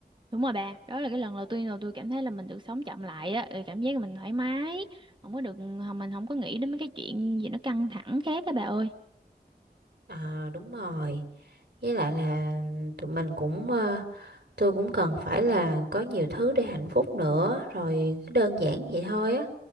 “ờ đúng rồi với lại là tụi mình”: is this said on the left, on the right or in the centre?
Right